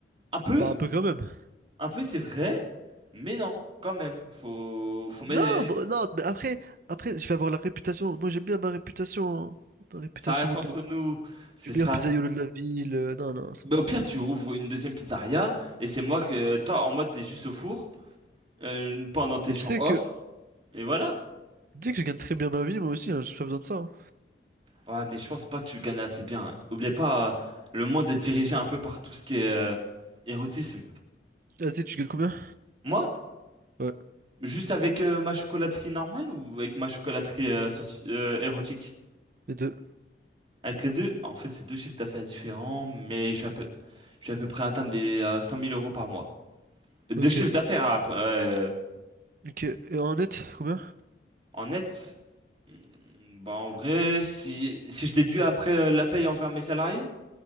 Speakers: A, on the right (about 30°); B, on the right (about 50°).
A: Un peu,
B: Bah un peu quand même.
A: un peu, c'est vrai, mais non, quand même. Faut, faut mettre.
B: Non, bon, non, mais après, après, je vais avoir la réputation. Moi j'aime bien ma réputation. hein. Ma réputation
A: Ça reste entre
B: de
A: nous. Ce
B: du meilleur
A: sera.
B: pizzaïolo de la ville. euh, Non, non, c'est
A: Mais au
B: mort.
A: pire, tu rouvres une deuxième pizzeria et c'est moi que toi en mode t'es juste au four euh, pendant tes
B: Mais
A: jours
B: tu sais
A: off
B: que.
A: et voilà.
B: Tu sais que je gagne très bien ma vie, moi aussi, hein, j'ai pas besoin de ça. hein.
A: Ouais, mais je pense pas que tu le gagnes assez bien. Oublie pas, euh, le monde est dirigé un peu par tout ce qui est euh, érotisme.
B: Vas-y, tu gagnes combien?
A: Moi,
B: Ouais,
A: juste avec euh, ma chocolaterie normale ou avec ma chocolaterie euh, sensu- euh, érotique?
B: les deux.
A: Avec les deux, en fait, c'est deux chiffres d'affaires différents, mais je vais à peu, je vais à peu près atteindre les euh, 100 000 euros par mois. Deux
B: Ok.
A: chiffres d'affaires après, euh,
B: Ok. Et en net, combien?
A: en net. Hmm, Bah en vrai, si, si je déduis après euh, la paye envers mes salariés,